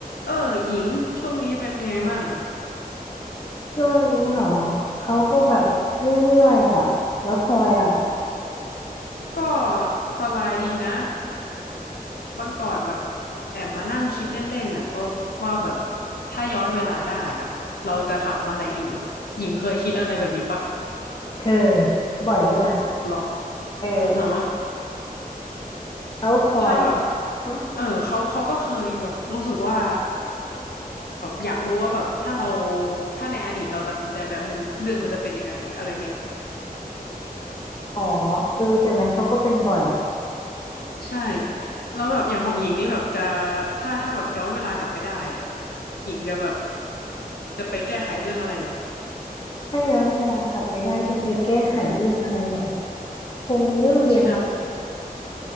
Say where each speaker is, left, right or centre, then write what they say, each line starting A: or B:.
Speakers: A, on the left; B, on the left.
A: เออหญิงช่วงนี้เป็นไงมั่ง
B: ช่วงนี้เหรอเขาก็แบบเรื่อยๆอ่ะแล้วพลอยล่ะ
A: ก็สบายดีนะวันก่อนแบบแอบมานั่งคิดเล่นๆน่ะว่าว่าแบบถ้าย้อนเวลาได้อ่ะเราจะทำอะไรดีหญิงเคยคิดอะไรแบบนี้ปะ
B: เคยบ่อยด้วยนะ
A: หรอ
B: เออ
A: อือฮะ
B: แล้วพลอย
A: ถ้าแบบ
B: อม
A: เออเขาเขาก็เคยแบบรู้สึกว่าแบบอยากรู้ว่าแบบถ้าเราถ้าในอดีตเราตัดสินใจแบบหนึ่งเรื่องมันจะเป็นยังไงอะไรเงี้ย
B: อ๋อเออแบบนั้นเขาก็เป็นบ่อย
A: ใช่แล้วแบบอย่างของหญิงนี่แบบจะถ้าถ้าแบบย้อนเวลากลับไปได้อ่ะหญิงจะแบบจะไปแก้ไขเรื่องอะไรเหรอ
B: ถ้าย้อนเวลากลับไปได้จะไปแก้ไขเรื่องอะไรเหรอคงเรื่องเรียนมา
A: ใช่